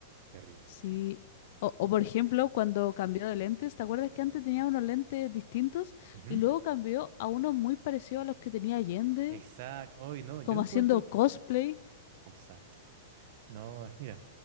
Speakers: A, on the right; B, on the left.
A: terrible.
B: sí. O, o, por ejemplo, cuando cambió de lentes, ¿te acuerdas que antes tenía unos lentes distintos
A: Ujú.
B: y luego cambió a unos muy parecidos a los que tenía Allende,
A: Exacto, hoy no, yo
B: como
A: encuentro...
B: haciendo cosplay?
A: Exacto. No, mira,